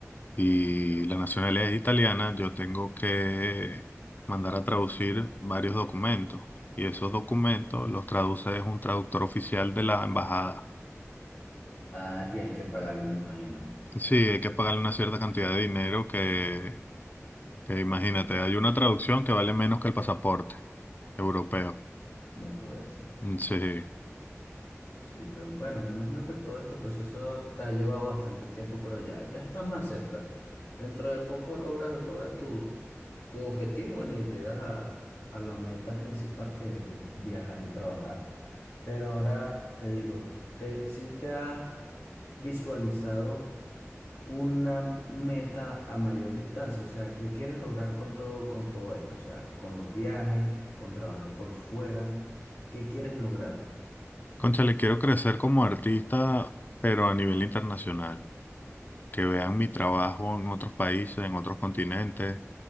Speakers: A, on the left; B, on the left.
A: y la nacionalidad es italiana, yo tengo que mandar a traducir varios documentos y esos documentos los traduce es un traductor oficial de la embajada.
B: Ah, y hay que pagarle, me imagino.
A: Sí, hay que pagarle una cierta cantidad de dinero que, que imagínate, hay una traducción que vale menos que el pasaporte europeo.
B: No puede ser.
A: Mm, Sí,
B: Sí, pero bueno, me imagino que todo este proceso te ha llevado bastante tiempo, pero ya, ya estás más cerca. Dentro de poco logras, logras tu, tu objetivo, bueno, y llegas a, a la meta principal que es vi- viajar y trabajar. Pero ahora te digo, te, si te has visualizado. una meta a mayor distancia, o sea, ¿qué quieres lograr con todo, con todo esto? O sea, con los viajes, con trabajar por fuera, ¿qué quieres lograr?
A: Concha, le quiero crecer como artista, pero a nivel internacional. que vean mi trabajo en otros países, en otros continentes,